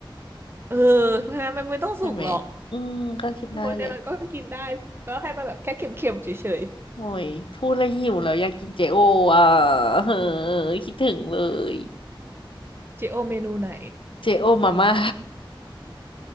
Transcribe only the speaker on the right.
เออเพราะฉะนั้นมันไม่ต้องสุกหรอก
เพราะฉะนั้นก็กินได้ก็ให้มันแบบแค่เค็มๆเฉย
ๆเจโอเมนูไหน